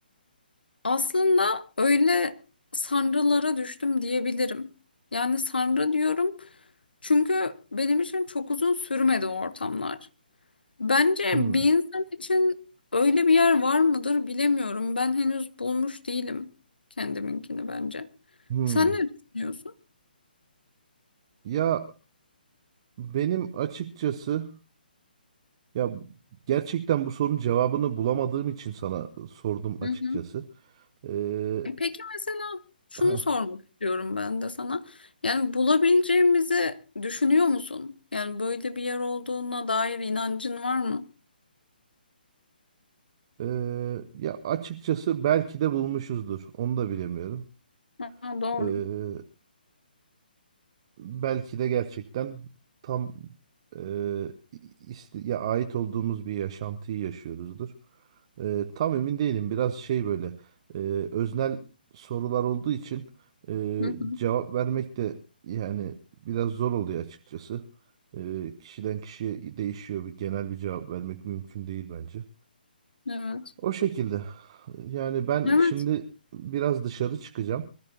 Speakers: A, on the left; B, on the right.
A: Aslında öyle sanrılara düştüm diyebilirim. Yani sanrı diyorum çünkü benim için çok uzun sürmedi o ortamlar. Bence
B: Hmm,
A: bir insan için öyle bir yer var mıdır bilemiyorum. Ben henüz bulmuş değilim kendiminkini bence.
B: hmm.
A: Sen ne düşünüyorsun?
B: Ya benim açıkçası. Ya gerçekten bu sorunun cevabını bulamadığım için sana sordum açıkçası.
A: Hı hı.
B: Ee,
A: E Peki mesela şunu
B: heh,
A: sormak istiyorum ben de sana. Yani bulabileceğimizi düşünüyor musun? Yani böyle bir yer olduğuna dair inancın var mı?
B: ee, ya açıkçası belki de bulmuşuzdur. Onu da bilemiyorum.
A: Ha, doğru.
B: Ee, belki de gerçekten tam e, iste, ya ait olduğumuz bir yaşantıyı yaşıyoruzdur. E, tam emin değilim. Biraz şey böyle e, öznel sorular olduğu için e,
A: Hı hı.
B: cevap vermek de yani biraz zor oluyor açıkçası. E, kişiden kişiye değişiyor. Bir genel bir cevap vermek mümkün değil bence.
A: Evet.
B: O şekilde. Yani ben
A: Evet,
B: şimdi biraz dışarı çıkacağım.